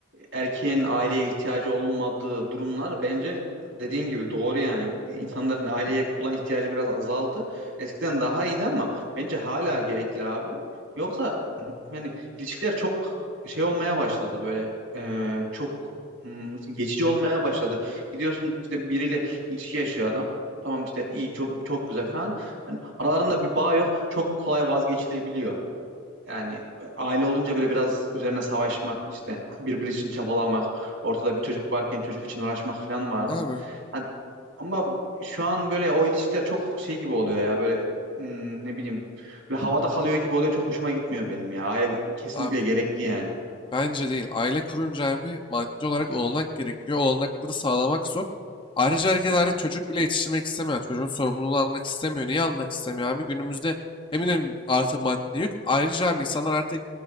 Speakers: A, on the right; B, on the left.
A: erkeğin aileye ihtiyacı olmadığı durumlar bence dediğin gibi doğru yani. İnsanların aileye olan ihtiyacı biraz azaldı. Eskiden daha iyiydi ama bence hala gerekli abi. Yoksa hmm, yani ilişkiler çok şey olmaya başladı böyle e, çok hmm, geçici olmaya başladı. Gidiyorsun işte biriyle ilişki yaşıyor adam. Tamam işte iyi çok çok güzel falan. Hani aralarında bir bağ yok. Çok kolay vazgeçilebiliyor. Yani aile olunca böyle biraz üzerine savaşmak, işte birbiri için çabalamak, ortada bir çocuk varken çocuk için uğraşmak falan vardı.
B: Abi
A: Yani ama şu an böyle o ilişkiler çok şey gibi oluyor ya böyle hmm, ne bileyim böyle havada kalıyor gibi oluyor çok hoşuma gitmiyor benim ya. Aile kesinlikle
B: Abi.
A: gerekli yani.
B: Bence değil. Aile kurunca abi maddi olarak olanak gerekiyor. Olanakları sağlamak zor. Ayrıca herkes artık çocuk bile yetiştirmek istemiyor. Çocuğun sorumluluğunu almak istemiyor. Niye almak istemiyor abi? Günümüzde eminim artı maddi yük. Ayrıca abi insanlar artık